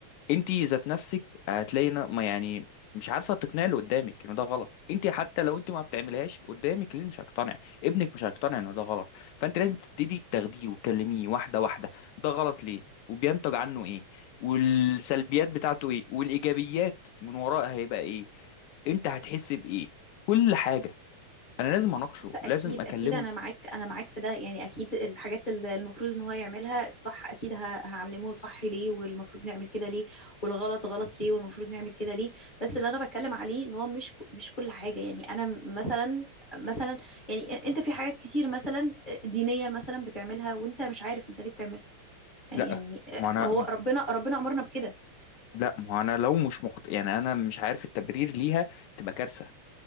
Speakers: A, on the left; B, on the left.
A: انت ذات نفسك هتلاقي نا- ما يعني مش عارفه تقنعي اللي قدامك انه ده غلط انت حتى لو انت ما بتعملهاش قدامك اللي مش هيقتنع ابنك مش هيقتنع انه ده غلط فانت لازم تبتدي تاخديه وتكلميه واحده واحده ده غلط ليه وبينتج عنه ايه والسلبيات بتاعته ايه والايجابيات من وراء هيبقى ايه انت هتحس بايه كل حاجه انا لازم اناقشه
B: بص اكيد
A: ولازم اكلمه
B: اكيد انا معاك انا معاك في ده يعني اكيد الحاجات اللي المفروض ان هو يعملها الصح اكيد ه- هعلمه صح ليه والمفروض نعمل كده ليه والغلط غلط ليه والمفروض نعمل كده ليه بس اللي انا بتكلم عليه ان هو مش ك- مش كل حاجة يعني انا م- مثلا مثلا يعني أ- انت في حاجات كتير مثلا آه، دينيا مثلا بتعملها وانت مش عارف انت ليه بتعملها آه،
A: لا
B: يعني آه،
A: ما انا
B: هو ربنا ربنا امرنا بكده
A: لا ما انا لو مش مقت... يعني انا مش عارف التبرير ليها تبقى كارثه